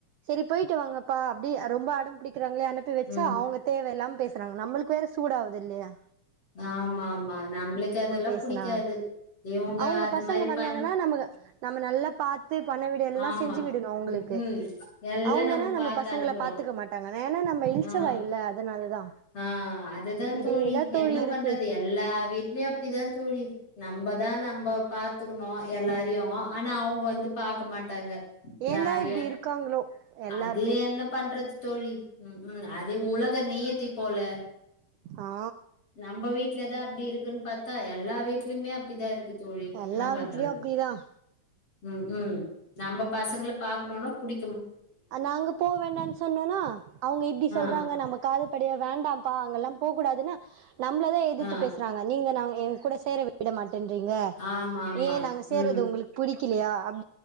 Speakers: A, on the right; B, on the left.
A: செரி போய்ட்டு வாங்கப்பா அப்டி ரொம்ப அடம்புடிக்கு ராங்களே அனுப்பி வெச்சா
B: ம்
A: அவுங்க தேவயில்லாம பேசுறாங்க நம்ளுக்கு வேற சூடாவுதில்லயா
B: ஆமா ஆமா நம்மளுக்கு அதெல்லா
A: பேசுனா
B: புடிக்காது இவங்க
A: அவங்க
B: அது
A: பசங்க
B: மாரி
A: வந்தாங்கன்னா
B: பண்
A: நம்ம நம்ம நல்லா பாத்து பணி விட எல்லா
B: ஆமா
A: செஞ்சு விடணு அவுங்களுக்கு
B: ம் ம் எல்லா
A: அவுங்கன்னா நம்ம
B: பாத்து
A: பசங்கள
B: அனுப்புறோ
A: பாத்துக்க மாட்டாங்க ஏனா நம்ம இல்ச்சவாயில்ல
B: ஆ
A: அதனாலதா
B: ஆ அதுதா
A: இதேதா
B: தோழி
A: தோழி
B: என்ன
A: இருக்கு
B: பண்றது எல்லா எல்லா வீட்லயு அப்படிதான் தோழி நம்மதான் நம்ம பாரத்துக்கணும் எல்லாரையும் ஆனா அவங்க வந்து பாக்க மாட்டாங்க
A: ஏந்தா
B: யாரையு
A: இப்படி இருக்காங்களோ எல்லாருமே
B: அது என்ன பண்றது தோழி ம் அது உலக நியதி போல
A: ஆ
B: நம்ம வீட்லதான் அப்படி இருக்குன்னு பார்த்தா எல்லா வீட்லயுமே அப்படிதான் இருக்கு தோழி
A: எல்லா
B: என்ன பண்றது
A: வீட்லயும் அப்படிதான்
B: ம் ம் நம்ம பசங்க பாக்கணும்னா புடி
A: நாங்க போ வேண்டன்னு சொன்னோனா அவங்க இப்படி சொல்றாங்க
B: ஆ
A: நம காது அப்படியா வேண்டாம்ப்பா அங்கெல்லாம் போக கூடாதுன்னா நம்மள எதிர்த்து
B: ஆ
A: பேசுறாங்க நீங்க நாங்க எங்க கூட சேர விடமா <unintelligible> ன்றீங்க
B: ஆமா ஆமா
A: ஏன் நாங்க சேர்றது
B: ம்
A: உங்களுக்கு பிடி ல்லையா அப்